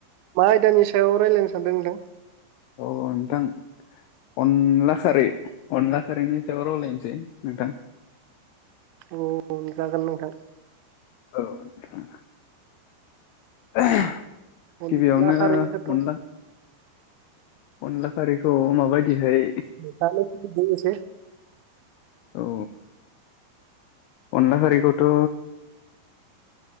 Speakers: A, on the right (about 80°); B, on the left (about 85°).
A: मा आयदानि सायाव रायज्लायनो सानदों नोंथां
B: औ नोंथां अनला खारै अनला खारैनि सायाव रायलायनोसै नोंथां
A: औ जागोन नोंथां
B: औ <inaudible>
A: अनला
B: गिबियावनो
A: खारैखौथ'
B: अनला अनला खारिखौ माबायदिहाय
A: जानो लुबैदों एसे
B: औ अनला खारैखौथ'